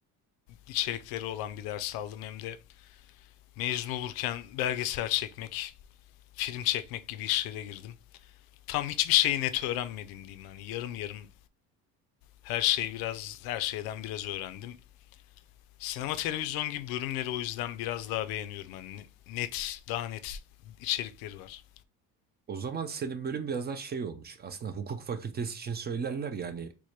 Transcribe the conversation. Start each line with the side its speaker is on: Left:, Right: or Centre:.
Left: içerikleri olan bir ders aldım. Hem de mezun olurken belgesel çekmek, film çekmek gibi işlere girdim. Tam hiçbir şeyi net öğrenmedim diyeyim. yani yarım yarım her şeyi biraz her şeyden biraz öğrendim. Sinema televizyon gibi bölümleri o yüzden biraz daha beğeniyorum. Hani net, daha net içerikleri var.
Right: O zaman senin bölüm biraz daha şey olmuş. Aslında hukuk fakültesi için söylerler yani